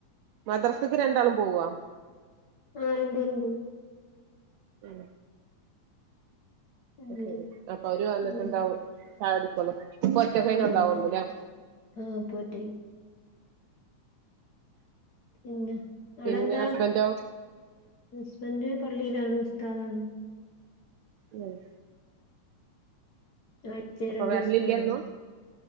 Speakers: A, on the right; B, on the left.
A: മദ്രസക്ക് രണ്ടാളും പോവോ
B: ആ രണ്ടപേരും പോയി
A: ഉം
B: അങ്ങനെ
A: ശരി അപ്പൊ അവര് വന്നിട്ടുണ്ടാവും
B: ഉം
A: ചായുടിക്കൊള്ളൊ ഇപ്പൊ ഒറ്റക്കേനു
B: ആഹ്
A: ഉണ്ടാവുള്ളു
B: അങ്ങനെ
A: ലേ
B: ആഹ് ഇപ്പൊ ഒറ്റക്ക് പിന്നെ അവിടെ
A: പിന്നെ
B: എന്താ
A: ഹസ്ബൻഡോ
B: ഹസ്ബന്റ് പള്ളിയിലാണ് ഉസ്താദ് ആണ്
A: ഉം
B: അഴചയിൽ
A: അപ്പൊ
B: രണ്ടീസൊക്കെ
A: വരലില്ല
B: കാണു
A: എന്നും